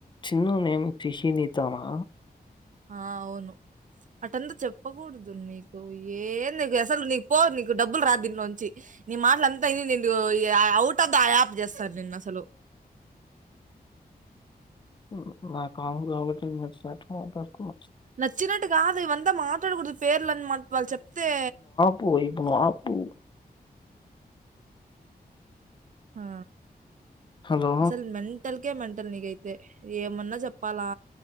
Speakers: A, on the left (about 30°); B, on the right (about 50°).
A: చిన్నూ మేమ్ తీషి నిద్ధామా
B: ఆ అవును అటంతా చెప్పగూడదు ని నీకు ఏంద్నీకసలు నీకు పో నీకు డబ్బులు రాదు దీన్లోంచి నీ మాట్లంతా ఇని నిన్ను ఔట్ ఆఫ్ ద యాప్ జేస్తారు నిన్నసలు
A: న్ నా కాల్ గాబట్టి నచ్చినట్ మాట్లాడుతున్న
B: నచ్చినట్టు గాదు ఇవంతా మాట్లాడగూడ్దు పేర్లని మాక్ వాల్చెప్తే
A: పో ఇపుడు నువ్ ఆపు
B: హా
A: హలో
B: అసల్ మన్ మెంటల్కే మెంటల్ నీకైతే ఏమన్నా జెప్పాలా